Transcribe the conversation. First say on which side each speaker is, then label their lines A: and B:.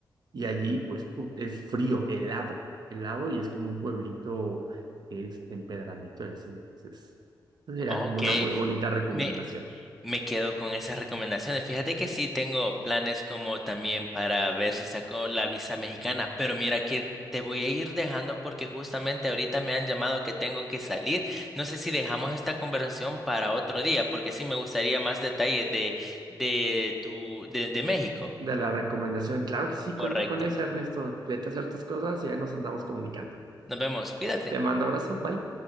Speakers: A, on the right; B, in the centre.
A: y allí pues pu- es frío, helado, helado, y es como un pueblito este, empedradito, y así. Entonces, sería
B: Ok,
A: como una muy bonita recomendación.
B: me, me quedo con esas recomendaciones. Fíjate que sí, tengo planes como también para ver si saco la visa mexicana, pero mira que te voy a ir dejando porque justamente ahorita me han llamado que tengo que salir. No sé si dejamos esta conversación para otro día, porque sí me gustaría más detalles de, de tu, de, de México.
A: de la recomendación. Claro que sí, cuenta
B: Correcto.
A: con eso, Ernesto. Vete a hacer tus cosas y ahí nos andamos comunicando.
B: Nos vemos, cuídate.
A: Te mando abrazo, bye.